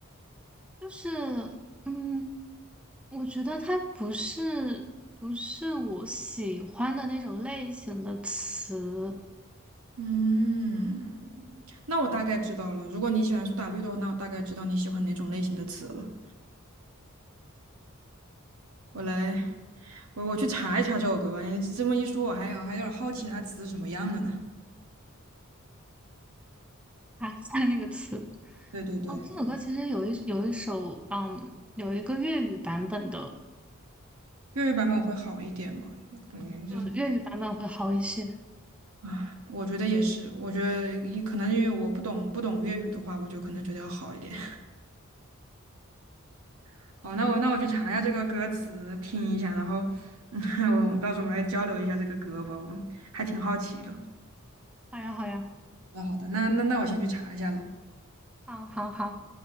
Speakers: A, in the centre; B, on the right.
A: 就是嗯，我觉得它不是不是我喜欢的那种类型的词
B: 嗯，那我大概知道了。如果你喜欢苏打绿的话，那我大概知道你喜欢哪种类型的词了。我来，我我去查一查这首歌吧。你这么一说，我还我还有点好奇它词是什么样的呢。
A: 啊，<laughs> 那个词。
B: 对对对，
A: 哦，这首歌其实有一有一首，嗯，有一个粤语版本的，
B: 粤语版本会好一点嘛？就感觉就
A: 就粤语版本会好一些。
B: 啊，我觉得也是，我觉得也可能因为我不懂不懂粤语的话，我就可能觉得要好一点。<laughs> 好，那我那我去查一下这个歌词，听一下，然后嗯，<laughs> 我到时候我们来交流一下这个歌吧，我还挺好奇的。
A: 好呀，好呀，
B: 那好的，那那那我先去查一下了。
A: 好，好，好。